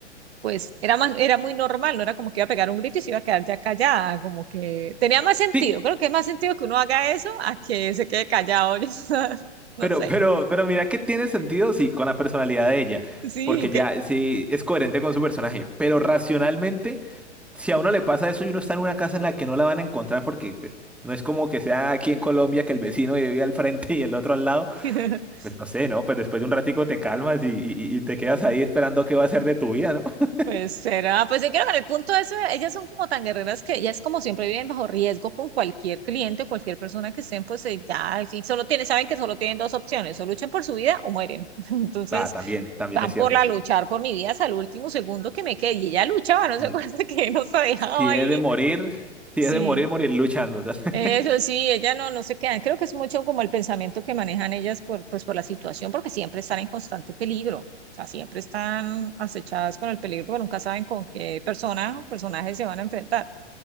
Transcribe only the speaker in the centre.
Sí,
pero,
pero, pero mira que tiene sentido, sí, con la personalidad de ella.
Porque
ya sí es coherente con su personaje. Pero racionalmente... si a uno le pasa eso y uno está en una casa en la que no la van a encontrar porque pues, no es como que sea aquí en Colombia que el vecino vive al frente y el otro al lado,
pues no sé, ¿no? Pues después de un ratico te calmas y, y- y te quedas ahí esperando qué va a ser de tu vida, ¿no? <laughs>
Ah, también, también
es cierto,
sí.
Sí.
Si
es de morir, si
es de morir, morir luchando. <laughs>